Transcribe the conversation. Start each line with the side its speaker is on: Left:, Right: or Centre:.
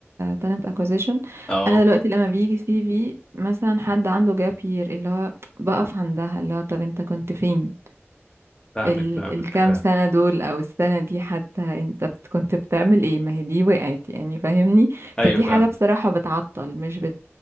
Right: تالنت اكوزيشن
Left: اه
Right: انا دلوقتي لما بيجي سي في مثلا حد عنده جاب يير اللي هو بقف عندها اللي هو طب انت كنت فين
Left: فاهمك
Right: ال
Left: فاهمك
Right: الكام
Left: فاهم
Right: سنة دول او السنة دي حتى انت بت- كنت بتعمل ايه ما هي دي وقعت يعني فاهمني
Left: ايوه
Right: فدي
Left: فاهمك
Right: حاجة بصراحة بتعطل مش بت